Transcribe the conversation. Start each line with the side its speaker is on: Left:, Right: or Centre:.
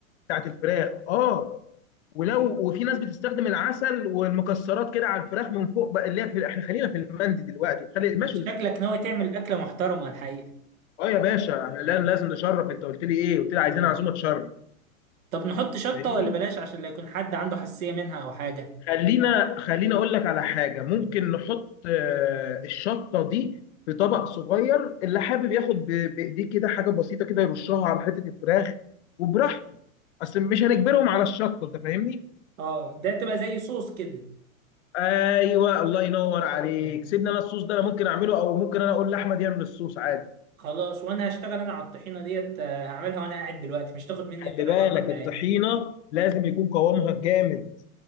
Left: بتاعت الفراخ اه ولو وفي ناس بتستخدم العسل والمكسرات كده على الفراخ من فوق بقى اللي هي في احنا خلينا في المندي دلوقتي خلي ماشي
Right: شكلك ناوي تعمل أكلة محترمة الحقيقة
Left: اه يا باشا لا لازم نشرف انت قلت لي ايه؟ قلت لي عايزين
Right: اه
Left: عزومه تشرف
Right: طب نحط شطة
Left: فاهمني؟
Right: ولا بلاش عشان لا يكون حد عنده حساسية منها أو حاجة
Left: خلينا خلينا اقول لك على حاجه ممكن نحط آه، الشطه دي في طبق صغير اللي حابب ياخد ب- بايديه كده حاجه بسيطه كده يرشها على حته الفراخ وبراحته اصل مش هنجبرهم على الشطه انت فاهمني
Right: اه ده تبقى زي صوص كده
Left: ايوه الله ينور عليك
Right: اه
Left: سيبنا انا الصوص ده انا ممكن اعمله او ممكن انا اقول لاحمد يعمل الصوص عادي
Right: خلاص وأنا هشتغل أنا على الطحينة ديت آه، هعملها وأنا قاعد دلوقتي مش تاخد مني
Left: خلي
Right: تلات
Left: بالك
Right: أربع دقايق
Left: الطحينه لازم يكون قوامها جامد